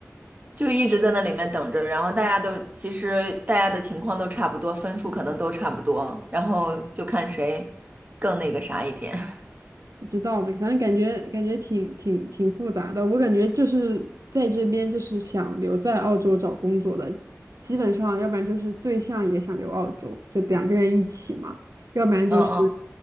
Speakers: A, on the right; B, on the right.
A: 就一直在那里面等着，然后大家都其实大家的情况都差不多，分数可能都差不多，然后就看谁更那个啥一点。<laughs>
B: 不知道呢，反正感觉感觉挺挺挺复杂的。我感觉就是在这边，就是想留在澳洲找工作的，基本上要不然就是对象也想留澳洲，就两个人一起嘛；要不然就是
A: 嗯嗯，